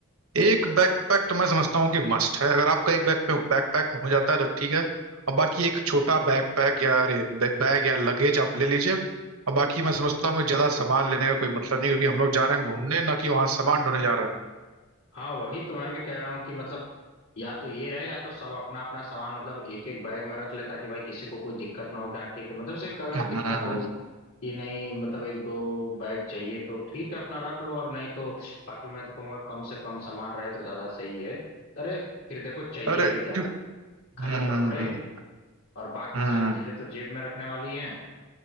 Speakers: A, on the right; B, on the left.
A: एक बैकपैक तो मैं समझता हूँ कि मस्ट है अगर आपका एक बैक बैकपैक हो जाता है तो ठीक है और बाकी एक छोटा बैकपैक या अरे बैग बैग या लगेज आप ले लीजिए और बाकी मैं समझता हूँ कि ज्यादा सामान लेने का कोई मतलब नहीं क्योंकि हम लोग जा रहे हैं घूमने ना कि वहां सामान ढोने जा रहे हैं
B: हाँ वही तो मैं भी कह रहा हूँ कि मतलब या तो ये रहे या तो सब अपना अपना सामान मतलब एक एक बैग में रख ले ताकि भाई किसी को कोई दिक्कत ना हो कि हाँ ठीक है मतलब से अगर
A: हम्म
B: दिक्कत हो कि नहीं मतलब एक दो बैग चाहिए तो ठीक है अपना रख लो और नहीं तो बाकी मैं तो कहूँगा कम से कम सामान रहे तो ज्यादा सही है अरे फिर देखो चाहिए
A: अरे
B: भी
A: क्यों-
B: क्या खाली
A: हम्म
B: कपड़े
A: हम्म
B: और बाकी
A: हम्म,
B: सारी चीजें तो जेब में रखने वाली हैं